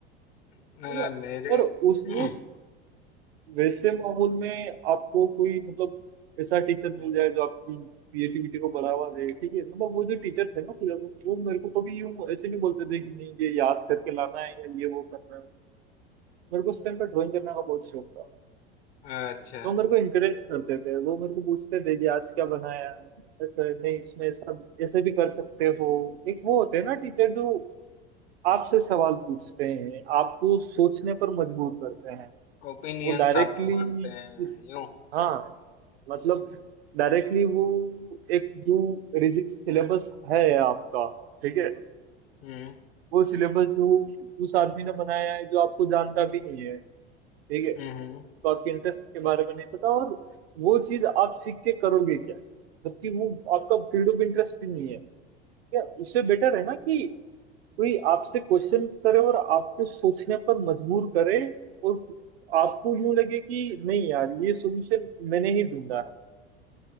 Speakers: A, on the left; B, on the right.
A: हम्म।
B: ठीक
A: अ,
B: है
A: मेरे
B: और उस
A: <clears throat>
B: उस वैसे माहौल में आपको कोई मतलब ऐसा टीचर मिल जाए जो आपकी क्रिएटिविटी को बढ़ावा दे ठीक है मतलब वो जो टीचर थे ना पूजा को वो मेरे को कभी यूं ऐसे नहीं बोलते थे कि नहीं ये याद करके लाना है या ये वो करना है मेरे को उस टाइम पर ड्राइंग करने का बहुत शौक था
A: अच्छा
B: वो मेरे को इंकरेज करते थे वो मेरे को पूछते थे कि आज क्या बनाया ऐसा नहीं इसमें ऐसा ऐसे भी कर सकते हो एक वो होते हैं ना टीचर जो आपसे सवाल पूछते हैं आपको सोचने पर मजबूर करते हैं
A: ओपिनियंस
B: वो डायरेक्टली
A: आपके मानते हैं
B: इस
A: यूं
B: हाँ मतलब डायरेक्टली वो एक जो रिजिड सिलेबस है आपका ठीक है
A: हम्म
B: वो सिलेबस जो उस आदमी ने बनाया है जो आपको जानता भी नहीं है ठीक है तो
A: हम्म हम्म।
B: आपके इंटरेस्ट के बारे में नहीं पता और वो चीज आप सीख के करोगे क्या जबकि वो आपका फील्ड ऑफ इंटरेस्ट ही नहीं है या उससे बेटर है ना कि कोई आपसे क्वेश्चन करे और आपको सोचने पर मजबूर करे और आपको यूं लगे कि नहीं यार ये सॉल्यूशन मैंने ही ढूंढा है